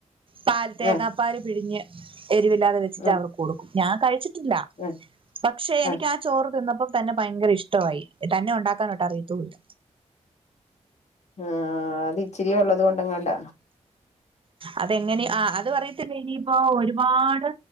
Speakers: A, on the right; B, on the left.
A: പാറ്റേ തേങ്ങാ
B: ആഹ്
A: പാല് പിഴിഞ്ഞ് എരിവില്ലാതെ വെച്ചിറ്റ്
B: ഉം
A: അവർക്ക് കൊടുക്കും ഞാൻ കഴിച്ച് ഇല്ല
B: ആഹ്
A: പക്ഷെ എനിക്കാ
B: ആഹ്
A: ചോറ് തിന്നപ്പോ തന്നെ ഭയങ്കര ഇഷ്ട്ടവായി തന്നെ ഉണ്ടാക്കാനോട്ട് അറിയത്തൂല്ല
B: ആഹ് അത് ഇച്ചിരിയെ ഉള്ളത് കൊണ്ടെങ്ങാണ്ട
A: അതെങ്ങനെ ആ അത് പറയത്തില്ല ഇനിയിപ്പോ ഒരുപാട്